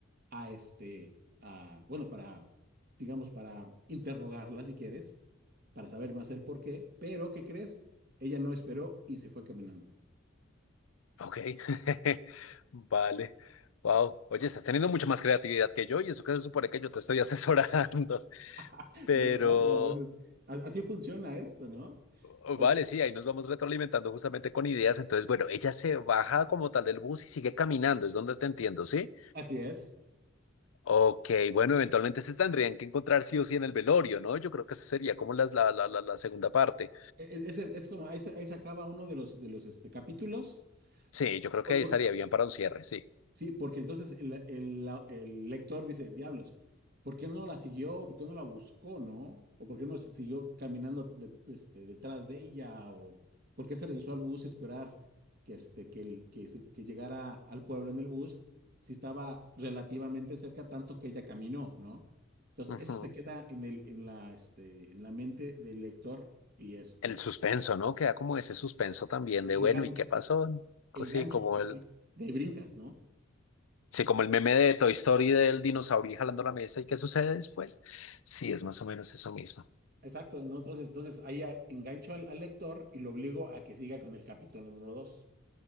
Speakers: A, on the right (about 50°); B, on the left (about 85°).
A: a este, a, bueno, para, digamos, para interrogarla, si quieres, para saber más el por qué, pero ¿qué crees? Ella no esperó y se fue caminando.
B: ok. <laughs> Vale. Wow. Oye, estás teniendo mucha más creatividad que yo y eso que se supone que yo te estoy asesorando. <laughs>
A: <laughs>
B: Pero,
A: No, no, no, pero es- a- así funciona esto, ¿no?
B: oh,
A: Ok,
B: vale, sí, ahí nos vamos retroalimentando justamente con ideas. Entonces, bueno, ella se baja como tal del bus y sigue caminando, es donde te entiendo, ¿sí?
A: Así es.
B: Ok, bueno, eventualmente se tendrían que encontrar sí o sí en el velorio, ¿no? Yo creo que esa sería como las- la, la, la, la segunda parte.
A: E- e- Ese es, es como, ahí se, ahí se acaba uno de los, de los este, capítulos.
B: Sí, yo creo
A: Por-
B: que ahí
A: por-
B: estaría bien para un cierre, sí.
A: sí, porque entonces el, el- la- el lector dice, diablos, ¿por qué no la siguió? ¿Por qué no la buscó, no? ¿O por qué no siguió caminando de- este, detrás de ella? ¿O por qué se regresó al bus a esperar que, este, que, el- que, se- que llegara al pueblo en el bus si estaba relativamente cerca, tanto que ella caminó, ¿no? Entonces,
B: Ujú.
A: eso se queda en el, en la, este, en la mente del lector y este,
B: El suspenso, ¿no? Queda como ese suspenso también de,
A: el
B: bueno,
A: gancho,
B: ¿y qué pasó? Co-
A: el
B: Sí,
A: gancho,
B: como
A: porque
B: el,
A: de ahí brincas, ¿no?
B: sí, como el meme de Toy Story del dinosaurio jalando la mesa y qué sucede después. Sí, es más o menos eso mismo.
A: Exacto, ¿no? Entonces, entonces ahí a- engancho al, al lector y lo obligo a que siga con el capítulo número dos,